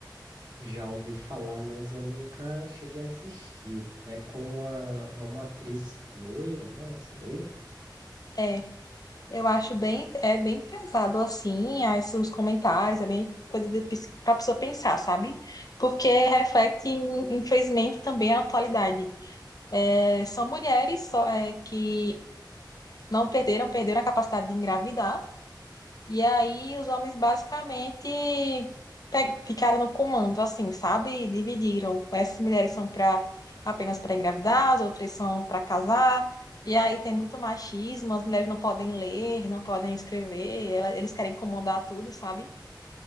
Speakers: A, on the right; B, on the left.
A: Já ouvi falar, mas eu nunca cheguei a assistir. É com a, é uma atriz loira, né? Essa daí?
B: É, eu acho bem, é bem pesado assim, aí os comentários, é bem coisa de, ps- pra pessoa pensar, sabe? Porque reflete, in- infelizmente, também a atualidade. É, são mulheres só, é, que não perderam, perderam a capacidade de engravidar, E aí os homens basicamente pe- ficaram no comando, assim, sabe? Dividiram. Essas mulheres são para apenas para engravidar, as outras são para casar. E aí tem muito machismo, as mulheres não podem ler, não podem escrever, ela- eles querem comandar tudo, sabe?